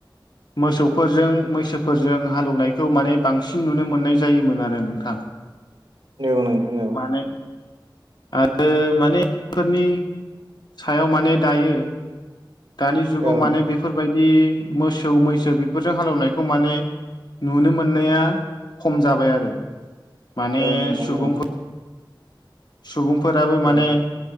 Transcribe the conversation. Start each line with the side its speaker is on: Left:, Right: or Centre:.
Left: मोसौफोरजों मैसोफोरजों हालौवनायखौ माने बांसिन नुनो मोननाय जायोमोन आरो नोंथां।
Right: औ नोंथां औ
Left: माने आरो माने बेफोरनि सायाव माने दायो दानि जुगाव
Right: औ
Left: माने बेफोरबायदि मोसौ मैसो बेफोरजों हालेवनायखौ माने नुनो मोननाया खम जाबाय आरो। माने
Right: औ नोंथां
Left: सुबुंफोर
Right: औ
Left: सुबुंफोराबो
Right: औ
Left: माने